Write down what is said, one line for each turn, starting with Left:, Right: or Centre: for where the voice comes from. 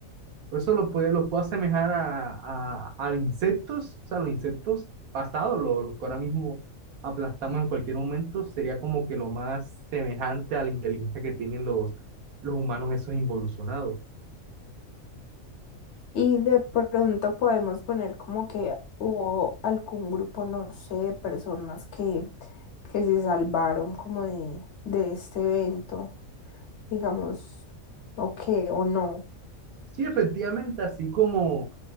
Right: Por eso lo puedo, lo puedo asemejar a, a, a insectos, o sea, los insectos pasados, lo- los, que ahora mismo aplastamos en cualquier momento, sería como que lo más semejante a la inteligencia que tienen los, los humanos esos involucionados.
Left: Y de pronto podemos poner como que hubo algún grupo, no sé, de personas que, que se salvaron como de, de este evento, digamos, o qué, o no,
Right: Sí, efectivamente, así como,